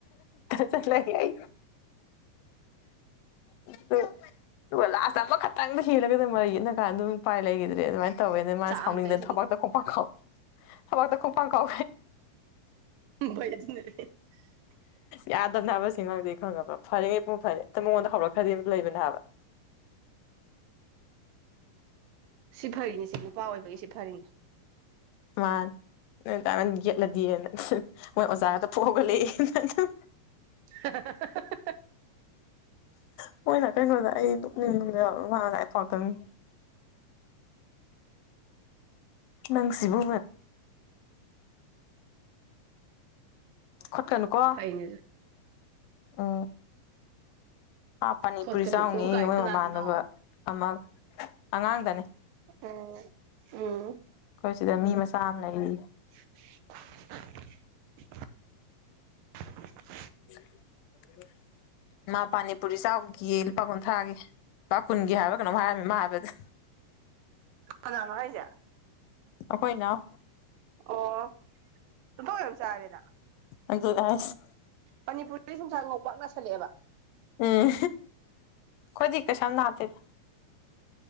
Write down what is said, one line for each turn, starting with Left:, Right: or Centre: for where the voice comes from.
Left: ꯊꯠꯂꯦ ꯑꯩ <unintelligible> ꯑꯗꯨ ꯂꯥꯁꯇ ꯑꯃꯈꯛꯇꯪꯗ ꯍꯦꯜꯂꯒ ꯑꯗꯨꯝ ꯃꯔꯩ ꯌꯦꯠꯅ ꯀꯥꯟꯗ ꯑꯗꯨꯝ ꯎꯄꯥꯏ ꯂꯩꯈꯤꯗ꯭ꯔꯦ ꯑꯗꯨꯃꯥꯏꯅ ꯇꯧꯋꯦ ꯃꯥꯅ
Right: ꯆꯥꯛꯑꯝꯗꯣꯏꯁꯤꯗꯤ
Left: ꯁꯥꯎꯅꯤꯡꯗꯅ ꯊꯕꯥꯛꯇ ꯀꯣꯡꯄꯥꯡ ꯈꯥꯎ ꯊꯃꯛꯗ ꯈꯣꯡꯄꯥꯡ ꯈꯥꯎ
Right: ꯕꯣꯏ <unintelligible>
Left: ꯌꯥꯗꯕꯅ ꯍꯥꯏꯕ ꯑꯥꯁꯤ ꯑꯉꯥꯡꯁꯦ ꯈꯪꯉꯕ ꯐꯔꯦꯉꯩ ꯄꯨꯡꯐ ꯐꯔꯦ ꯃꯉꯣꯟꯗ ꯍꯧꯔꯛꯈ꯭ꯔꯗꯤ ꯑꯗꯨꯝ ꯂꯩꯕꯅꯦ ꯍꯥꯏꯕ
Right: ꯁꯤ ꯐꯔꯤꯅꯤ ꯁꯤ ꯅꯨꯄꯥ ꯑꯣꯏꯕꯒꯤ ꯁꯤ ꯐꯔꯤꯅꯤ
Left: ꯃꯥꯅꯤ ꯅꯣꯏ ꯑꯗꯥꯟꯅ ꯌꯦꯠꯂꯗꯤꯅ ꯃꯣꯏ ꯑꯣꯖꯥꯒꯗꫭ ꯐꯨꯛ ꯍꯧꯒꯠ ꯂꯛꯑꯦ
Right: <unintelligible>
Left: <unintelligible> ꯅꯪꯁꯤꯕꯨ ꯈꯠꯀꯅꯨ ꯀꯣ
Right: ꯐꯩꯅꯦ ꯑꯗꯨ
Left: ꯎ ꯄꯅꯤꯄꯨꯔꯤ
Right: ꯈꯣꯠꯀꯅꯨꯀꯣ
Left: ꯆꯥꯎꯅꯤ
Right: ꯀꯥꯏ
Left: ꯃꯣꯏ
Right: ꯀꯅꯥꯗꯅꯣ
Left: ꯃꯃꯥꯟꯅꯕ ꯑꯃꯒ ꯑꯉꯥꯡꯗꯅꯦ ꯑꯩꯈꯣꯏ
Right: ꯎꯝ ꯎꯝ
Left: ꯁꯤꯗ ꯃꯤ ꯃꯁꯥ ꯑꯃ ꯂꯩꯔꯤ
Right: <unintelligible>
Left: <unintelligible> ꯃꯥ ꯄꯥꯅꯤꯄꯨꯔꯤ ꯆꯥꯎꯒꯤ ꯂꯨꯄꯥ ꯀꯨꯟꯊ꯭ꯔꯥꯒꯤ ꯂꯨꯄꯥ ꯀꯨꯟꯒꯤ ꯍꯥꯏꯕ ꯀꯩꯅꯣꯝ ꯍꯥꯏꯔꯝꯃꯦ ꯃꯥ ꯍꯥꯏꯕꯗ
Right: ꯀꯅꯅꯣ ꯍꯥꯏꯁꯦ
Left: ꯑꯈꯣꯏ ꯏꯅꯥꯎ
Right: ꯑꯣ ꯏꯟꯊꯣꯛ ꯌꯥꯝ ꯆꯥꯔꯦꯗ
Left: ꯑꯗꯨꯅꯦ ꯍꯥꯏꯁꯦ
Right: ꯃꯅꯤꯄꯨꯔꯗꯩ ꯁꯨꯝꯁꯥ ꯉꯧ ꯄꯥꯛ ꯉꯁꯤꯜꯂꯛꯑꯦꯕ
Left: ꯎꯝ ꯈꯣꯏꯗꯤ ꯀꯁꯝ ꯅꯗꯦꯗ